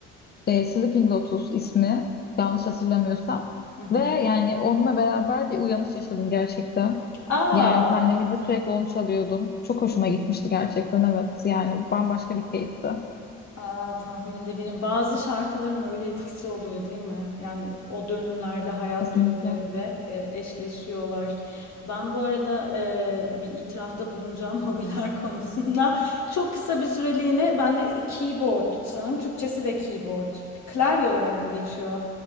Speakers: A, on the left; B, on the left.
A: e, Sleeping Lotus ismi yanlış hatırlamıyorsam.
B: Hı hı.
A: Ve yani onunla beraber bir uyanış yaşadım gerçekten.
B: A!
A: Yani pandemide sürekli onu çalıyordum. Çok hoşuma gitmişti gerçekten evet. Yani bambaşka bir keyifti.
B: A, tahmin edebilirim. Bazı şarkıların öyle etkisi oluyor değil mi? Yani o dönümlerde, hayat
A: Kesinlikle.
B: dönümlerinde, eee, eşleşiyorlar. Ben bu arada, eee, bir itirafta bulunacağım <laughs> hobiler konusunda. Çok kısa bir süreliğine ben de keyboard sanırım Türkçesi de keyboard. Klavye olarak mı geçiyor?